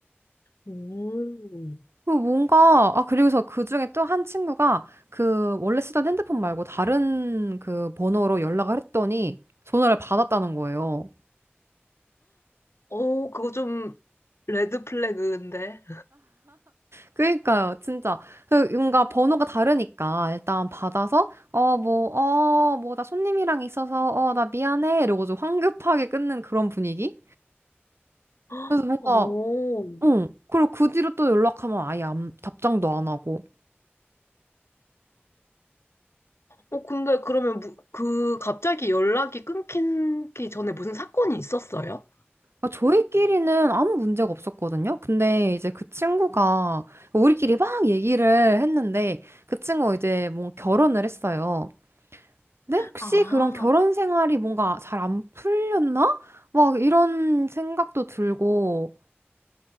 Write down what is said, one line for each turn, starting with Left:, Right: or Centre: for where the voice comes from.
Left: 음.
Right: 그 뭔가, 아, 그리고서 그 중에 또 한 친구가 그 원래 쓰던 핸드폰 말고 다른 그 번호로 연락을 했더니 전화를 받았다는 거예요.
Left: 오, 그거 좀 레드 플래그인데.
Right: 그러니까요, 진짜. 그 뭔가 번호가 다르니까 일단 받아서, 어, 뭐, 어, 뭐, 나 손님이랑 있어서, 어, 나 미안해. 이러고 좀 황급하게 끊는 그런 분위기?
Left: <gasps>
Right: 그래서 뭔가,
Left: 오.
Right: 응. 그리고 그 뒤로 또 연락하면 아예 안- 답장도 안 하고.
Left: 어, 근데 그러면 무, 그 갑자기 연락이 끊기기 전에 무슨 사건이 있었어요?
Right: 아, 저희끼리는 아무 문제가 없었거든요. 근데 이제 그 친구가 우리끼리 막 얘기를 했는데 그 친구가 이제 뭐 결혼을 했어요. 근데 혹시
Left: 아,
Right: 그런 결혼 생활이 뭔가 잘 안 풀렸나? 막 이런 생각도 들고,